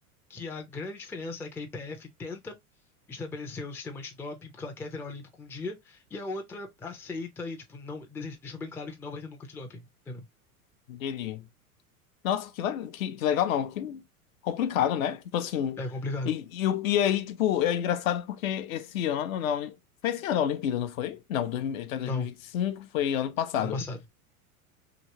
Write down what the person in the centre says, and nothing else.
que a grande diferença é que a IPF tenta estabelecer um sistema antidoping porque ela quer virar olímpico um dia, e a outra aceita e, tipo, não, dese- deixou bem claro que não vai ter nunca antidoping, entendeu?
É complicado.
Não,
ano passado.